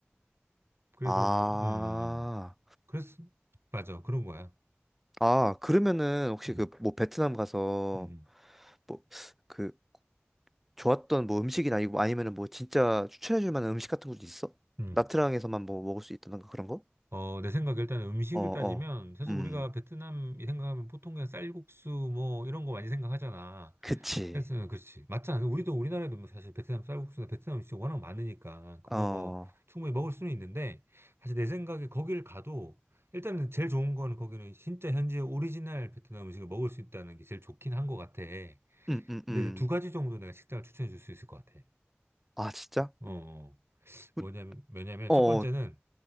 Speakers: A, on the right; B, in the centre.
A: 그래서
B: 아.
A: 뭐, 음, 음, 음. 그래서 맞아 그런 거야.
B: 아, 그러면은 혹시
A: 음,
B: 그 뭐 베트남 가서
A: 음,
B: 뭐 그 좋았던 뭐 음식이나 이거 아니면은 뭐 진짜 추천해 줄 만한 음식 같은 것도 있어?
A: 음. 음.
B: 나트랑에서만 뭐 먹을 수 있다던가 그런 거?
A: 어, 내 생각에 일단 음식을
B: 어, 어.
A: 따지면 사실
B: 음.
A: 우리가 베트남 생각하면 보통 그냥 쌀국수 뭐 이런 거 많이 생각하잖아.
B: 그치.
A: 그래서 그렇지. 맞잖아. 그 우리도 우리나라에도 뭐 사실 베트남 쌀국수나 베트남 음식 워낙 많으니까 그런
B: 어.
A: 거 충분히 먹을 수는 있는데 사실 내 생각에 거길 가도 일단은 제일 좋은 거는 거기는 진짜 현지의 오리지널 베트남 음식을 먹을 수 있다는 게 제일 좋긴 한 것 같아.
B: 음, 음,
A: 근데
B: 음.
A: 두 가지 정도 내가 식당을 추천해 줄 수 있을 것 같아.
B: 아, 진짜?
A: 어, 어.
B: 우-
A: 뭐냐면, 왜냐면 첫
B: 어,
A: 번째는